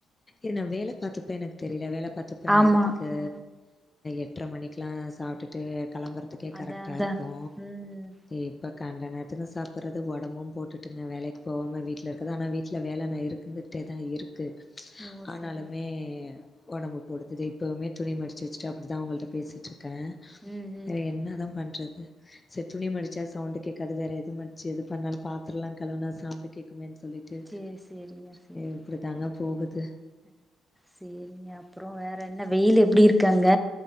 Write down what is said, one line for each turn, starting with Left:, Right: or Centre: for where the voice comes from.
Left: ஏனா வேல பாத்துப்பே எனக் தெரியல வேல பாத்துப்பே நேரத்துக்கு
Centre: ஆமா ஆ
Left: எட்ர மணிக்குலா சாப்டுட்டு கெளம்புறக் க்கே கரெக்ட்டா
Centre: அதா அதா
Left: இருக்கு
Centre: ம்
Left: இப்ப கண்ட நேரத்துக்கு சாப்புட்றது ஒடம்பு போட்டுட்டுங்க வேலைக்கு போகாம வீட்டல இருக்கற்து ஆனா வீட்ல வேலனா இருக்குது டேதா இருக்கு
Centre: ஓ
Left: ஆனாலுமே
Centre: செரிங்க
Left: ஒடம்பு போடுது தே இப்பவுமே துணி மடுச்சு வச்சுட்டு அப்புடிதா உங்கள்ட பேசிட்ருக்கே
Centre: ம் ம்
Left: வேற என்ன தா பண்றது சரி துணி மடுச்சா சவுண்ட்டு கேக் கது வேற எது மரிச்சி எது பண்ணாலு பாத்தரோல்லா கழுவுனா சவுண்ட் கேட்குமேன்னு சொல்லிட்டு
Centre: சேரி சேரிங்க சேரி
Left: இப்டிதாங்க போகுது
Centre: சேரிங்க அப்பறோ வேற என்ன வெயில் எப்டி இருக்கு அங்க